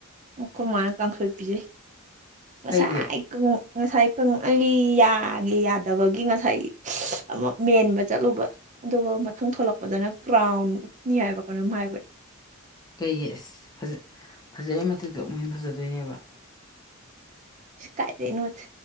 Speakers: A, on the right (about 35°); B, on the left (about 20°).
A: ꯑꯩꯈꯣꯏ ꯃꯥꯅ ꯀꯥꯡꯈꯣꯏ ꯄꯤꯖꯩ ꯉꯁꯥꯏ
B: ꯀꯩꯒꯤ
A: ꯉꯁꯥꯏ ꯀꯪꯂꯤ ꯌꯥꯒꯤ ꯌꯥꯗꯕꯒꯤ ꯉꯁꯥꯏ ꯑꯃ ꯃꯦꯟꯕ ꯆꯠꯂꯨꯕ ꯑꯗꯨꯒ ꯃꯊꯪ ꯊꯂꯛꯄꯗꯅ ꯀ꯭ꯔꯥꯎꯟ ꯎꯞꯅꯤ ꯍꯥꯏꯕ ꯀꯩꯅꯣꯝ ꯍꯥꯏꯕꯅꯤ
B: ꯀꯩꯒꯤ ꯑꯁ ꯐꯖ ꯐꯖꯩ ꯃꯊꯛꯇ ꯑꯃꯨꯛ ꯍꯦꯟꯅ ꯐꯖꯗꯣꯏꯅꯦꯕ
A: ꯀꯥꯏꯗꯩꯅꯣꯗ